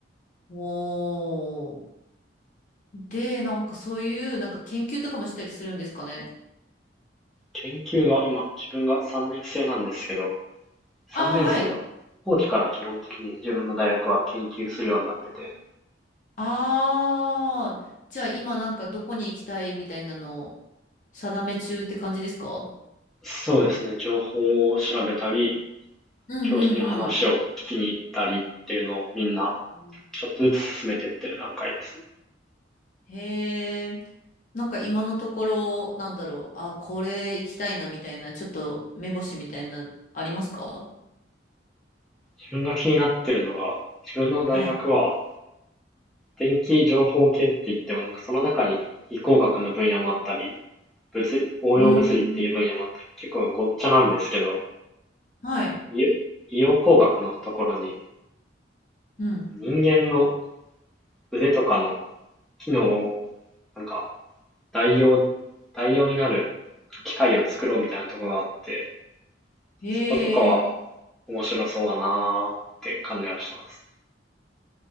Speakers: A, on the left; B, in the centre.
A: おー。で、なんかそういうなんか研究とかもしたりするんですかね。
B: 研究が今、自分が3年生なんですけど、3年生の後期から基本的に自分の大学は研究するようになってて、
A: ああ、はい。ああ、じゃあ今なんかどこに行きたいみたいなのを定め中って感じですか
B: そうですね、情報を調べたり、
A: うんうん
B: 教授に話を聞きに行ったりっていうのをみんな
A: うん。
B: ちょっとずつ進めていってる段階ですね。
A: へえ、なんか今のところ、なんだろう、あ、これ行きたいなみたいな、ちょっと目星みたいな、ありますか
B: 自分が気になってるのが、自分の大学は
A: はい。
B: 電気情報系って言ってもなんかその中に理工学の分野もあったり、物応用物理っていう分野もあって、
A: うん。
B: 結構ごっちゃなんですけど、
A: はい。
B: 医医療工学のところに
A: うん。
B: 人間の腕とかの機能をなんか代用、代用になる機械を作ろうみたいなところがあって、
A: へえ。
B: そことかは面白そうだなーって感じがしてます。